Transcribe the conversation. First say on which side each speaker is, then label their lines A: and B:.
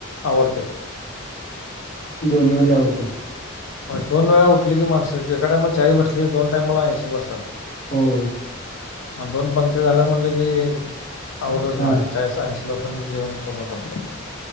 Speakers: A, on the left; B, on the left.
A: आवरतंय.
B: दोन्हीमध्ये आवरतंय.
A: हो दोन वेळा उठले की माणस एका टाइम चाही बसली दोन टाइम मला ऐंशी बसतात.
B: होय.
A: दोन पंगत्या झाल्या म्हटलं की आवरलं
B: हा
A: म्हणायचं. चाळीस‌ ऐंशी लोकांचे जेवण पूर्ण पडतय.